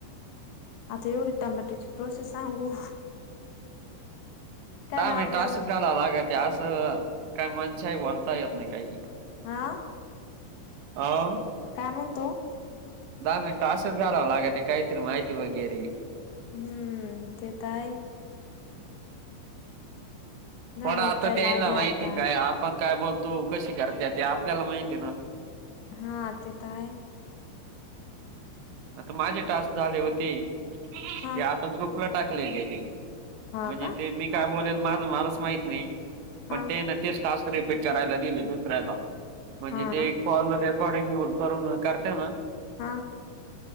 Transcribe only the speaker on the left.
आता एवढी टोमॅटोची प्रोसेस सांगू? काय
लावल्यावर
हा
काय म्हणतो?
हम्म तेे तर आहे. धन
उपटायला
आले आता
हा ते तर आहे.
हा
हा
का
हा
हा
ना
हा.